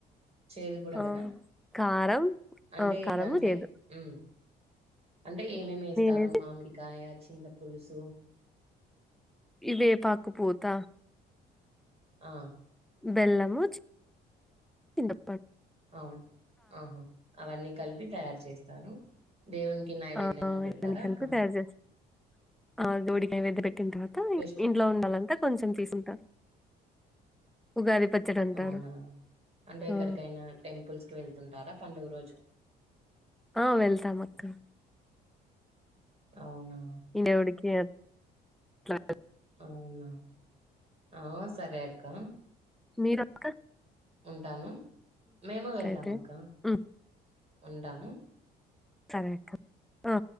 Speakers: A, on the right (about 35°); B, in the centre.
A: చేదు కూడా
B: ఆ
A: కదా
B: కారం
A: అంటే
B: ఆ కరము
A: దాంట్లో
B: లేదు
A: ఉమ్ అంటే ఏమేమేస్తారు
B: వేసి
A: మామిడికాయ చింత పులుసు
B: ఇదేపాకుపూత
A: ఆ
B: బెల్లము చిన్ త
A: ఔన్ ఆహా అవన్నీ కల్పీ తయారు చేస్తారు దేవునికి నైవేద్యంగా
B: ఆ ఆ
A: పెడతారా
B: ఇవ్వన్ని కలిపె
A: అక్క
B: తయార్ జేస్త్ ఆ దూడికాయ్ వెద్ద పెట్టిన్ తరువాత
A: ఫెస్ట్
B: ఇంట్లో వున్నోలంత కొంచం తీసుంటా ఉగాది పచ్చడి అంటారు
A: ఔనా అంటే ఎక్కడికైనా
B: ఆ
A: టెంపుల్స్ వెళ్తుంటారా పండుగ రోజు
B: ఆ వెళ్తామక్కా
A: ఔనా
B: దేవుడికి అట్లా
A: ఔనా ఆ సరే అక్కా
B: మీరక్క
A: ఉంటాను మేము వెళ్తామక్కా
B: అయితే హ్మ్.
A: ఉంటాము
B: సరెక్క ఆ